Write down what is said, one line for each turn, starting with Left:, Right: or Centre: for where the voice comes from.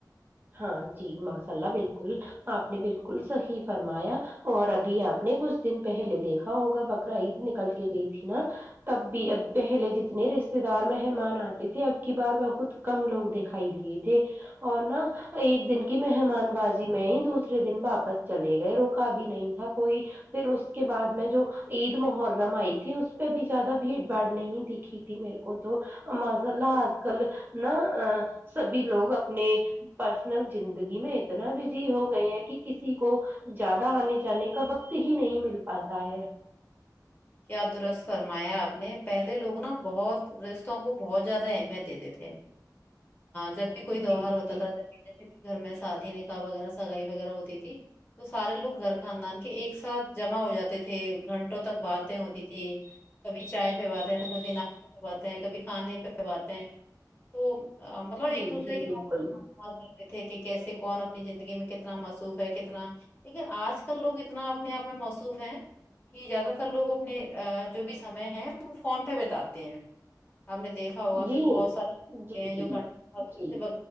Right: ہاں جی ماشاء اللہ بالکل آپ نے بالکل صحیح فرمایا اور ابھی آپ نے کچھ دن پہلے دیکھا ہوگا بکرا عید نکل کے گئی تھی نا تب بھی اب پہلے جتنے رشتے دار مہمان آتے تھے اب کی بار بہت کم لوگ دکھائی دیے تھے اور نا ایک دن کی مہمان بازی میں ہی دوسرے دن واپس چلے گئے روکا بھی نہیں تھا کوئی پھر اس کے بعد میں جو عید محرم آئی تھی اس پہ بھی زیادہ بھیڑ بھاڑ نہیں دکھی تھی میرے کو تو معاذ اللہ آج کل نا سبھی لوگ اپنے پرسنل زندگی میں اتنا بزی ہو گئے ہیں کہ کسی کو زیادہ آنے جانے کا وقت ہی نہیں مل پاتا ہے
Left: کیا درست فرمایا آپ نے پہلے لوگ نا بہت رشتوں کو بہت زیادہ اہمیت دیتے تھے جب بھی کوئی تیوہار
Right: جی
Left: ہوتا
Right: جی
Left: تھا جب بھی جیسے کہ گھر میں شادی نکاح وغیرہ سگائی وغیرہ ہوتی تھی تو سارے لوگ گھر خاندان کے ایک ساتھ جمع ہو جاتے تھے گھنٹوں تک بعد باتیں ہوتی تھی کبھی چائے پے باتیں تو کبھی ناشتے پہ باتیں کبھی کھانے پہ باتیں تو مطلب
Right: جی
Left: ایک دوسرے
Right: جی
Left: کے
Right: بالکل
Left: محبت دیکھتے تھے کہ کیسے کون اپنی زندگی میں کتنا معصوف ہے کتنا لیکن آج کل لوگ اتنا اپنے آپ میں مصروف ہیں کہ زیادہ تر لوگ اپنے جو بھی سمے ہے وہ فون پہ بتاتے ہیں آپ نے دیکھا ہوگا
Right: جی
Left: کہ بہت ساری لوگ
Right: جی
Left: ہیں جو
Right: جی
Left: گھنٹ <inaudible>
Right: جی